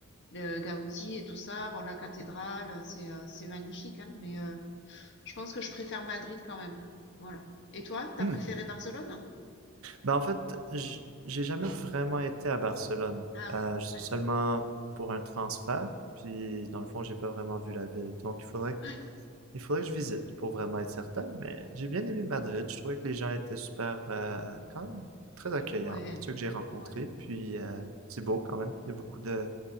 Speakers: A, on the left; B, on the right.
A: le Gaudi et tout ça. Bon, la cathédrale, c'est, heu, c'est magnifique, hein, mais heu, je pense que je préfère Madrid quand même. Voilà. Et toi, t'as
B: Hmm.
A: préféré Barcelone?
B: Ben, en fait, j- j'ai jamais vraiment été à Barcelone,
A: Ah
B: Euh,
A: oui,
B: j-
A: d'accord.
B: seulement pour un transfert. Puis, dans le fond, j'ai pas vraiment vu la ville. Donc, il faudrait,
A: Ouais.
B: il faudrait que je visite pour vraiment être certain. Mais j'ai bien aimé Madrid. Je trouvais que les gens étaient super, euh, quand même, très accueillants,
A: Ouais.
B: ceux que j'ai rencontrés.
A: Ouais.
B: Puis, euh, c'est beau quand même. Il y a beaucoup de,